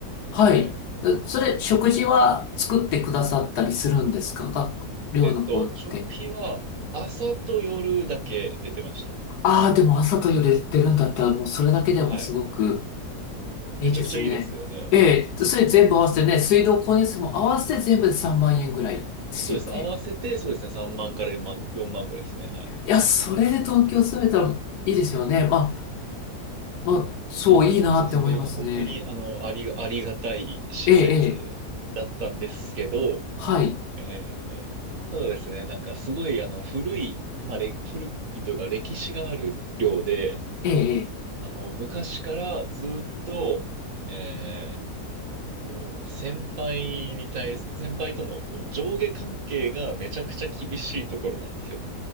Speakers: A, on the left; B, on the right.
A: はい。
B: はい。
A: えそれ、食事は作ってくださったりするんですか学寮の方って。
B: えっと、食費は、朝と夜だけ出てました。
A: ああ、でも朝と夜出てるんだったら、もうそれだけでもすごく
B: はい。めちゃくちゃいいですよね。
A: いいですね。ええ、
B: そうなんです。
A: それ全部合わせてね、水道光熱費も合わせて全部で3万円ぐらいですよね。
B: そうですね。合わせて、そうですね。3万から4万、4万ぐらいですね。はい。
A: いや、それで東京住めたらいいですよね。まあ、まあ、そう、
B: そうなんですよ。
A: いいなって思いますね。
B: それも本当に、あの、あり、ありがたい施設だったんですけど、
A: ええ、ええ、はい。
B: えーえーただですね、なんかすごい、あの、古い、まあ、れ、古いというか歴史がある寮で、
A: ええ、ええ。
B: あの、昔からずっと、えーこう先輩に対す、先輩とのこう上下関係がめちゃくちゃ厳しいところなんですよ。